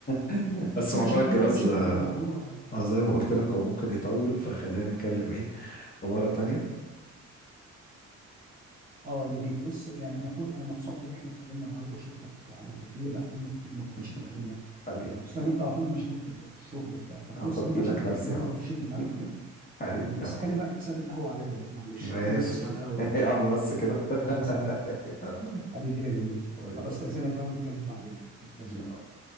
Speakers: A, on the left (about 30°); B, on the right (about 30°).
A: <laughs> بس
B: انا
A: موضوع
B: شا...
A: الجواز
B: انا شايف ان الموضوع اه
A: آه، زي ما قلت لك هو ممكن يطول فخلينا نتكلم ايه في مرة تانية
B: آه، يا ريت بص يعني انا فور... انا مبسوط ان احنا اتقابلنا النهارده وشفتك على الكافيه بقالنا كتير ما كناش
A: <laughs>
B: اتقابلنا
A: حبيبي
B: آه، خصوصا ان انت على طول مشغول في ال- في الشغل وبتاع ففرصه
A: هفضي
B: ان انا
A: لك
B: شفتك
A: نفسي
B: النهارده
A: يا عم
B: وشربت معاك
A: <laughs>
B: في
A: حبيبي
B: بيه بس
A: يا
B: خلي
A: عم
B: بقى الحساب القهوه عليا بقى معلش
A: ماشي
B: انا اللي هحاسب على القهوه
A: <laughs>
B: بقى
A: يا عم بس كده
B: ماشي يا صديقي
A: <laughs> يلا.
B: <laughs> حبيبي يا جميل
A: ايوه
B: طب استاذنك بقى ونتكلم بعدين
A: ماشي
B: حبيبي
A: يا حبيبي